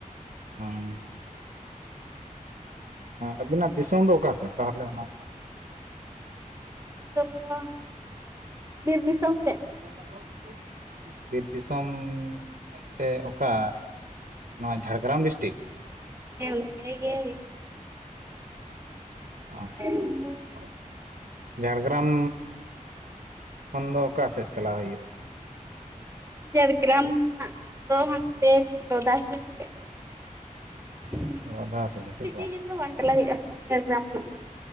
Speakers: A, on the right; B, on the right.
A: ᱟᱸ ᱟᱵᱤᱱᱟᱜ ᱫᱤᱥᱚᱢ ᱫᱚ ᱚᱠᱟ ᱥᱮᱫ ᱛᱟᱦᱞᱮ ᱚᱱᱟ ᱫᱚ
B: ᱟᱠᱟᱱᱟ᱾ ᱫᱤᱥᱚᱢ ᱫᱚ ᱵᱤᱨ ᱫᱤᱥᱚᱢ ᱥᱮᱡ
A: <inaudible> ᱵᱤᱨ ᱫᱤᱥᱚᱢ ᱢᱮᱱᱛᱮ ᱚᱠᱟ ᱱᱚᱣᱟ ᱡᱷᱟᱲᱜᱨᱟᱢ ᱰᱤᱥᱴᱤᱠ
B: ᱦᱮᱸ ᱦᱮ ᱚᱱᱛᱮᱜᱮ
A: <unintelligible>
B: ᱦᱩᱭᱩᱜᱼᱟ
A: ᱡᱷᱟᱲᱜᱨᱟᱢ ᱠᱷᱚᱱ ᱫᱚ ᱚᱠᱟ ᱥᱮᱫ ᱪᱟᱞᱟᱜ ᱦᱩᱭᱩᱜᱼᱟ
B: ᱡᱷᱟᱲᱜᱨᱟᱢ ᱠᱷᱚᱱᱟᱜ ᱫᱚ ᱦᱟᱱᱛᱮ ᱞᱚᱫᱷᱟᱥᱤᱞᱤ ᱥᱮᱫ <unintelligible>
A: ᱟᱫᱷᱟᱥᱟᱞᱤ ᱥᱮᱫ
B: ᱵᱤᱥᱤ ᱡᱷᱟᱹᱞ ᱫᱚ ᱵᱟᱝ ᱪᱟᱞᱟᱜ ᱦᱩᱭᱩᱜᱼᱟ <inaudible>